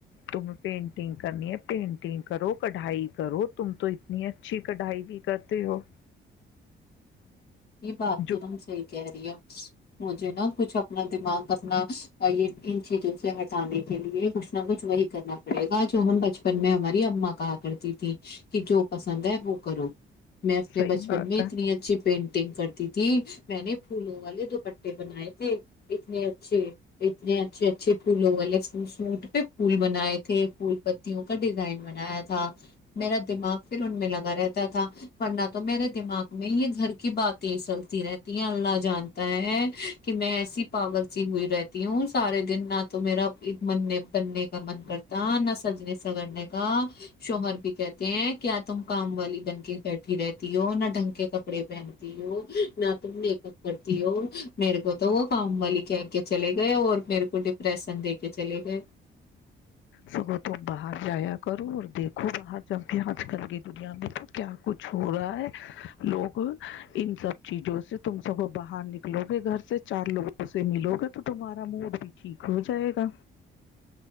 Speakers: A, on the left (about 75°); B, on the left (about 55°).
A: تمیں پینٹنگ کرنی ہے پینٹنگ کرو کڑھائی کرو تم تو اتنی اچھی کڑھائی بھی کرتے ہو
B: یہ بات
A: جو
B: سی <unintelligible> کہ رہی ہ مجھے نا کچھ اپنا دماغ اپنا یہ ان چیزوں سے ہٹانے کے لیے کچھ نہ کچھ وہی کرنا پڑے گا جو ہم بچپن میں ہمارے اما کہا کرتی تیں <unintelligible> کہ جو پسند ہے وہ کرو میں اپنے
A: صحیح
B: بچپن
A: بات
B: میں اتنی
A: ہے
B: اچھی پینٹ ت میں نے پھولوں والے دوپٹے بنائے تھے اتنے اچھے اتنے اچھے اچھے پھولوں والے سوٹ پہ پھول بنائے تھے پھول پتیوں کا ڈیزائن بنایا تھا میرا دماغ پھر ان میں لگا رہتا تھا ورنہ تو میرے دماغ میں یہ گھر کی باتیں چلتی رہتی ہیں اللہ جانتا ہے کہ میں ایسی پاگل سی ہوئی رہتی ہے وہ سارے دن نہ تو میرا مننے بننے کا من کرتا نہ سجنے سگڑنے کا شوہر بھی کہتے ہیں کیا کیا تم کام والی بن کے بیٹھی رہتی ہو نہ ڈھنگ کے کپڑے پہن نہ تو میک اپ کرتی ہو میرے کو تو <unintelligible> ہمب وال کہہ کے چل گئے اور میرے کو ڈپریشن د کے چلے گئے <unintelligible>
A: سگو تم باہر جایا کرو اور دیکھو باہر جا کے آج کل کی دنیا میں تو کیا کچھ ہو رہا ہے لوگ ان سب چیزوں سے تم سگو باہر نکلو گے گھر سے چار لوگوں سے ملو گے تو تمہارا موڈ بھی ٹھیک ہو جائے گا